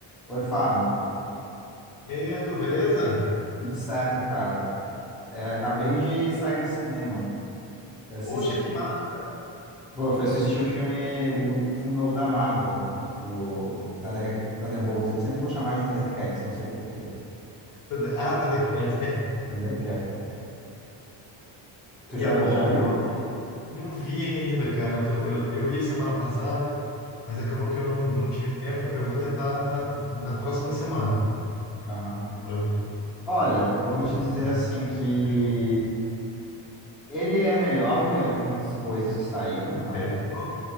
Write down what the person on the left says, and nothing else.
E aí, Arthur, beleza?
Poxa, que massa!
Thunder- Ah, Thundercats. <laughs>
E É bom?
Conta aí. Não vi ainda, cara. Eu, tô, eu, eu ia semana passada, mas acabou que eu não, não tive tempo. Eu vou tentar na, na próxima semana
pra ver.
Conta
aí.
Achou?
Certo?